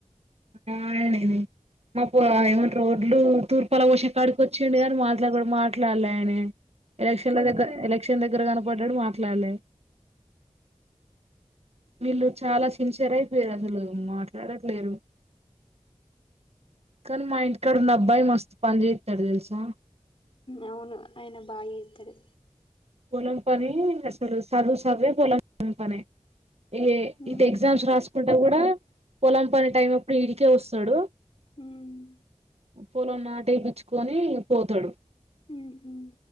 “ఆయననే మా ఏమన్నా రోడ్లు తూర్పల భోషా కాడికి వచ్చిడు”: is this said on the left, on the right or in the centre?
Right